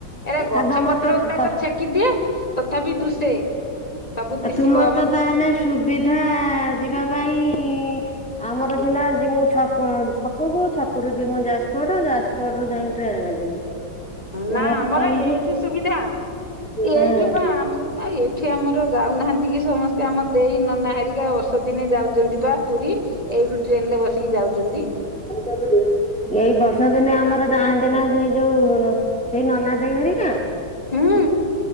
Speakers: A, on the left (about 20°); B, in the centre.
A: ଏରା ଗଛ
B: ଆଉ ତମର
A: ପତ୍ରଗୁଡାକ
B: ତ ତ
A: ଛେକି ଦିଏ ପ ତଥାପି ଦୁଶେ ସବୁ ଦିଶିବ
B: ତୁମର
A: ଆମ
B: ତ ତାହେଲେ ସୁବିଧା ଯିବାପାଇଁ ଆମର ସିନା ଯିମୁ ଛକଁ-ଛକକୁୁ ଛକରୁ ଯିମୁ ଯାଜପ୍ରୋଡ ଯାଜପ୍ରୋଡରୁୁ ଯାଇକି ଟ୍ରେନ ରେ ଯିମୁ।
A: ହଁ
B: ତୁମର
A: ନା
B: ତ
A: ଆମର
B: ତାହେଲେ
A: ଏଇଠୁ ସୁବିଧା ଏଇଠୁ
B: ହଁ
A: ଆମ-ଏ ଏଠି ଆମର ଯାଉନାହାନ୍ତି କି ସମସ୍ତେ ଆମ ଦେଇ ନନାହରିକା ବର୍ଷ ଦିନେ ଯାଉଚନ୍ତି ପା ପୁରୀ। ଏଇଠୁ ଟ୍ରେନରେ ବସିକି ଯାଉଚନ୍ତି।
B: ଏଇ ବର୍ଷ ଦିନେ ଆମର ଯାଆନ୍ତି ନା ସେଇ ଯୋଉ ସେଇ ନନା ଦେଇହରିକା।
A: ହୁଁ